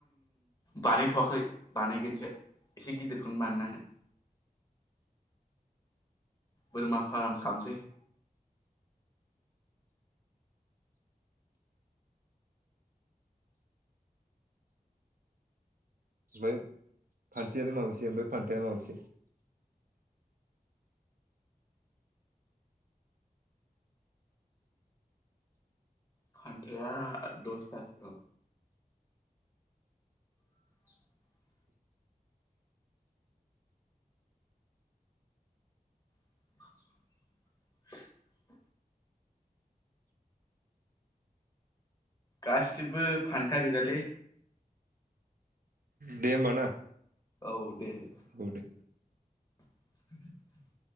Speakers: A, on the left; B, on the right.
A: बानायथ'वाखै। बानायगोनसो एसे गिदिरखौनो बानाय नांगोन। बोरमा फार्म खालामसै।
B: ओमफ्राय फान्थियालाय माबैसे ओमफ्राय फान्थायालाय माबैसे?
A: फानथया दस्तासो दं। <inaudible> <inaudible> गासिबो फान्था गोजालै।
B: दे होमबा ना।
A: औ दे दे।
B: औ दे
A: <inaudible>